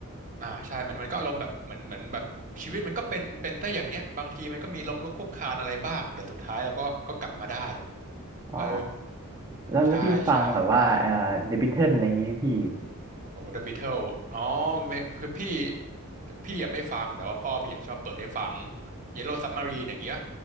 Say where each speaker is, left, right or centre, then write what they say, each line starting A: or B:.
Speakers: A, on the right; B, on the right.
A: อ่าใช่มันมันก็อารมณ์แบบเหมือนเหมือนแบบชีวิตมันก็เป็นเป็นแต่อย่างเงี้ยบางทีมันก็มีล้มลุกคลุกคลานอะไรบ้างแต่สุดท้ายเราก็ก็กลับมาได้
B: อ๋อ
A: เออ
B: แล้วแล้วพี่ฟังแบบว่าเอ่อเดอะบิทเทิลอะไรอย่างงี้พี่
A: ใช่ใช่โอ้ The Beatles อ๋อไม่คือพี่พี่อ่ะไม่ฟังแต่ว่าพ่อพี่อ่ะชอบเปิดให้ฟัง Yellow Submarine อย่างเงี้ย